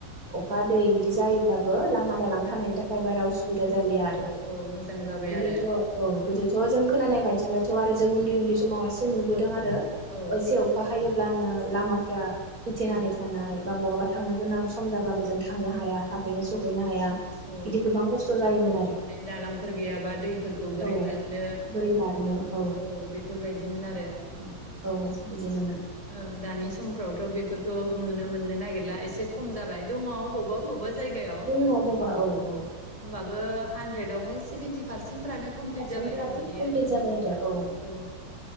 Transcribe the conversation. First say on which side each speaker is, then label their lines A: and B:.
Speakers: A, on the right (about 40°); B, on the right (about 15°).
A: अखा दै बिदि जायोब्ला बो लामा दालां
B: औ
A: थानायनि थाखाय बारा उसुबिदा जालिया आरो
B: औ औ मोजां
A: औ
B: जाबाय
A: गोदोथ'
B: आरो
A: औ गोदोथ' जों खोनानाय बादिब्लाथ' आरो जों उन्दै उन्दै सम समाव नुबोदों
B: औ
A: आरो
B: औ
A: एसे अखा हायो लामा लामाफ्रा होथेनानै
B: उम
A: थानाय हायो <inaudible> दा बहाबा थांनो गोनां स सम जाब्लाबो
B: औ
A: जों थांनो हाया थाबैनो सहैना हाया
B: औ
A: बिदि गोबां खस्थ' जायोमोन आरो
B: माने दालांफोर गैयाबा दैफोरखौ बोरै
A: औ
B: बारनो ओ
A: बोरै बारनो औ
B: बे बेफोरबायदिमोन आरो ओम ओ
A: औ बिदिनोमोन
B: दानि समफ्राव थ' बेफोरखौ नुनो मोननो नागिरला एसे खम जाबाय दङ अबावबा अबावबबा जायगायाव ओ
A: दङ बबा औ औ
B: होम्बाबो
A: औ
B: हानद्रेड बेवहाय सेभेनटि फारसे सेनफ्रानो कमप्लिट
A: गासैबो
B: जाबाय होनजायो
A: कमप्लिट
B: औ
A: जाबाय आरो
B: औ